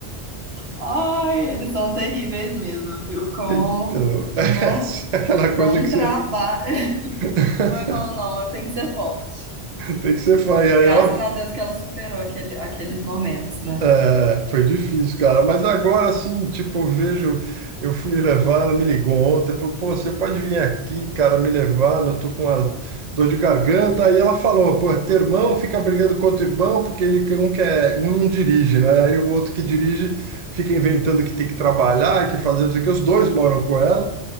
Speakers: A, on the right; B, on the right.
A: Ai, eles são terríveis mesmo, viu? Com.
B: Então, <laughs>
A: Nó,
B: é aquela
A: dá
B: coisa
A: um
B: que você.
A: trabalho. <laughs>
B: <laughs>
A: Só vai falando, não, eu tenho que ser forte.
B: Tem que ser fã. E aí
A: Graças
B: ela
A: a Deus que ela superou aquele, aqueles momentos, né?
B: É, foi difícil, cara. Mas agora sim, tipo, eu vejo, eu fui levar, ela me ligou ontem, falou, pô, você pode vir aqui, cara, me levar, eu tô com uma dor de garganta. Aí ela falou, pô, teu irmão fica brigando com outro irmão, porque ele um quer, um não dirige, né? Aí o outro que dirige fica inventando que tem que trabalhar, que fazer não sei o que, os dois moram com ela.